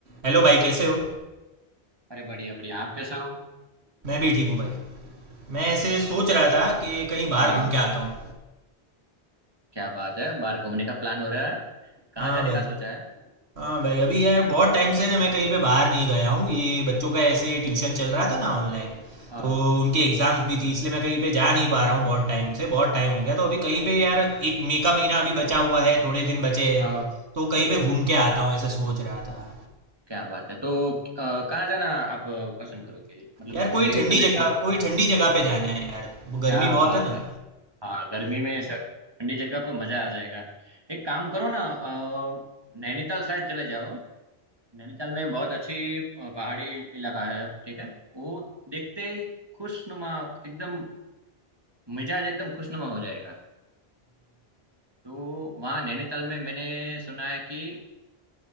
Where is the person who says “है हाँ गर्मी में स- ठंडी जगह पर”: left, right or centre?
Right